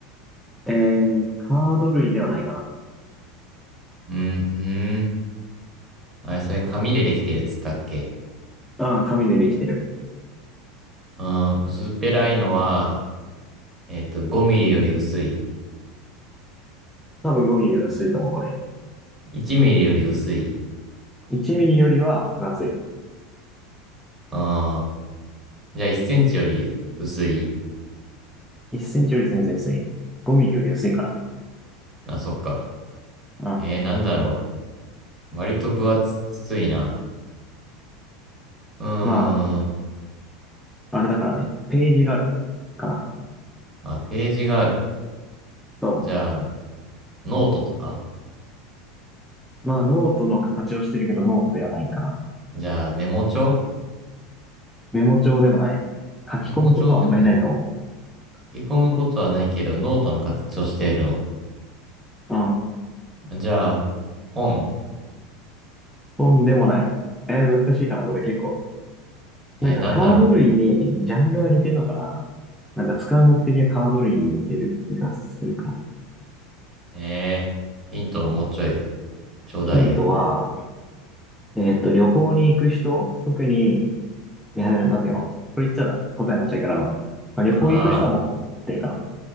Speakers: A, in the centre; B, on the right (about 25°).
A: えー、カード類ではないか
B: うん、うん。あれ、それ紙でできてるっつったっけ
A: な。うん、紙でできてる。
B: うん、薄っぺらいのは、えっと、5ミリより薄い
A: 多分5ミリより薄いと思う、これ。
B: ?1 ミリより薄い
A: 1ミリよりは分厚い。
B: うん、じゃあ1センチより薄い
A: 1センチより全然薄い。5ミリより薄いから。
B: あ、そっか。
A: うん。
B: えー、なんだろう。割と分厚いな。うーん。
A: まあ、あれだからね。ページがある。かな。
B: あ、ページがある。
A: そ
B: じゃあ、ノートとか
A: う。まあ、ノートの形をしてるけど、ノートではないかな。
B: じゃあ、メモ帳
A: メモ帳でもない。書き込むことはあんまりないと思
B: メモ帳でもない。書き込むことはないけど、ノートの形をしているの。
A: う。うん。
B: じゃあ、本
A: とんでもない。えー難しいかな、これ結構。
B: えー、
A: なんかカード類にジャンルが似てるのかな
B: なんだろ
A: なんか使う目的がカード類に似てる気がするか。
B: う。えー、ヒントもうちょい、ちょうだいよ。
A: ヒントは、えっと、旅行に行く人特に、いや、待てよ。これ言っちゃ答えになっちゃうから、まあ、旅行行く人は持ってるか
B: あ